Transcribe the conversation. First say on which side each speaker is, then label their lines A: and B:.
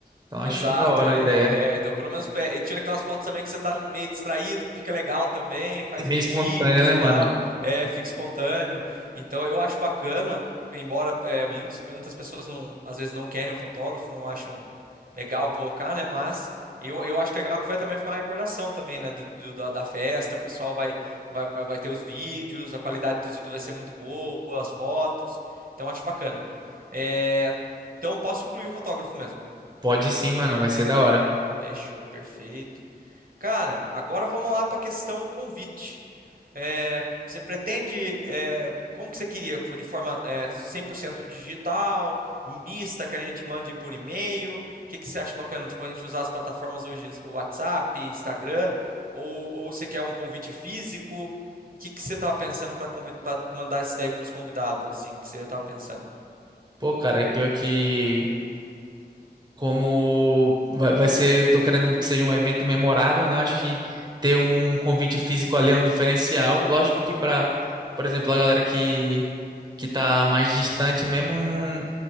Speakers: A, on the right; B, on the right.
A: Então acho
B: Exato,
A: que da hora
B: é,
A: a ideia.
B: é, então pelo menos é, e tira aquelas fotos também que você tá meio distraído, que fica legal também, faz
A: É bem
B: uns
A: espontânea,
B: vídeos
A: né,
B: e
A: mano?
B: tal, é, fica espontâneo. Então eu acho bacana, embora é, muitas, muitas pessoas não, às vezes não querem o fotógrafo, não acham legal colocar, né? Mas eu, eu acho legal que vai também ficar uma recordação também, né? do- do- da, da festa, o pessoal vai, vai, vai ter os vídeos, a qualidade dos vídeos vai ser muito boa, as fotos, então eu acho bacana. É, então posso incluir o fotógrafo mesmo.
A: Pode sim, mano, vai ser
B: Ah,
A: da hora.
B: então, Fechou, perfeito. Cara, agora vamos lá para a questão convite. É, você pretende, é, como que você queria? De forma, é, 100% digital, mista, que a gente mande por e-mail? O que que você acha bacana? Tipo, a gente usar as plataformas hoje, o WhatsApp, Instagram, ou, ou você quer um convite físico? O que que você estava pensando para mandar isso daí para os convidados, assim, que você estava pensando?
A: Pô, cara, é pior que como vai, vai ser, tô querendo que seja um evento memorável, né? Eu acho que ter um convite físico ali é um diferencial. Lógico que para, por exemplo, a galera que que tá mais distante mesmo, não,